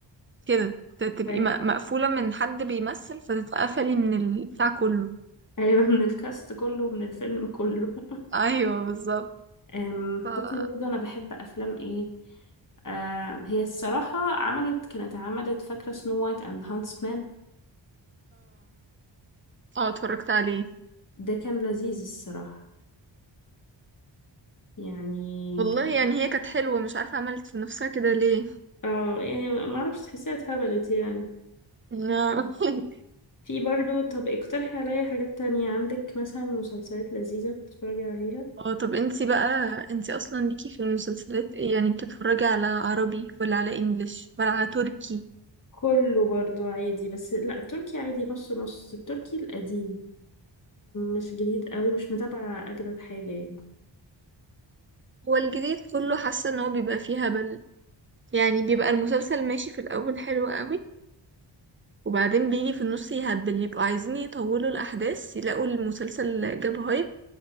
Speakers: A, on the right; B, on the left.
A: كده ت- تبقي
B: ايوه
A: م- مقفوله من حد بيمثل فتتقفلي من البتاع كله
B: أيوة، <laughs> من الكاست كله من الفيلم كله <laughs>
A: ايوه بالظبط
B: أم،
A: ف اه
B: بصي برضه انا بحب افلام ايه آم، هي الصراحة عملت كانت عملت فاكرة سنو وايت اند هانسمان
A: اه اتفرجت عليه
B: ده كان لذيذ الصراحة يعني
A: والله
B: كان
A: يعني هي كانت حلوة مش عارفة عملت في نفسها كده ليه
B: اه يعني ما اعرفش تحسيها اتهبلت يعني
A: لا. <laughs>
B: في برضه طب اقترحي عليا حاجات تانية عندك مثلا مسلسلات لذيذة بتتفرجي عليها
A: اه طب انتي بقى انتي اصلا ليكي في المسلسلات ايه يعني بتتفرجي على عربي ولا على انجليش ولا على تركي
B: كله برضو عادي بس لا التركي عادي نص نص التركي القديم مش جديد قوي مش متابعة أجدد حاجة يعني
A: هو الجديد كله حاسة ان هو بيبقى فيه هبل يعني بيبقى المسلسل ماشي في الاول حلو قوي وبعدين بيجي في النص يهبل يبقوا عايزين يطولوا الاحداث يلاقوا المسلسل جاب هايب